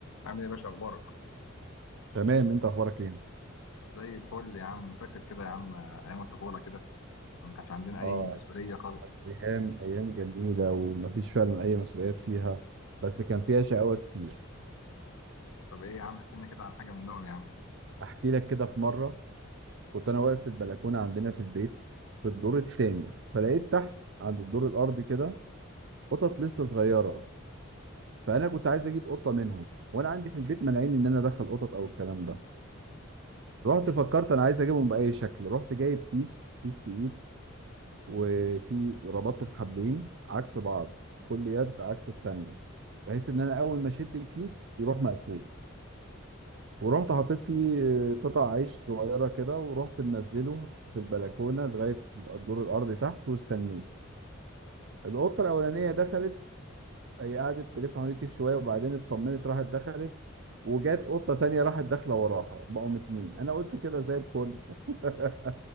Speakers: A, on the left; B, on the right.
A: عامل ايه يا باشا اخبارك
B: تمام انت اخبارك ايه
A: زي الفل يا عم فاكر كده يا عم ايام الطفوله كده لما ما كانش عندنا اي
B: اه
A: مسؤوليه خالص
B: ايام ايام جميله ومفيش فعلا اي مسؤوليات فيها بس كان فيها شقاوه كتير
A: طب ايه يا عم احكي لنا كده على حاجه منهم يا عم
B: احكي لك كده في مره كنت انا واقف في البلكونه عندنا في البيت في الدور الثاني فلقيت تحت عند الدور الارضي كده قطط لسه صغيره فانا كنت عايز اجيب قطه منهم وانا عندي في البيت مانعين ان انا ادخل قطط او الكلام ده رحت فكرت انا عايز اجيبهم باي شكل رحت جايب كيس كيس تقيل وفي ربطت الحبلين عكس بعض كل يد عكس الثانيه بحيث ان انا اول ما اشد الكيس يروح مقفول ورحت حطيت فيه قطع عيش صغيره كده ورحت منزله في البلكونه لغايه الدور الارضي تحت واستنيت القطه الاولانيه دخلت هي قعدت تلف حوالين الكيس شويه وبعدين اطمنت راحت دخلت وجات قطه تانية راحت داخله وراها بقوا اتنين انا قلت كده زي الفل <laughs>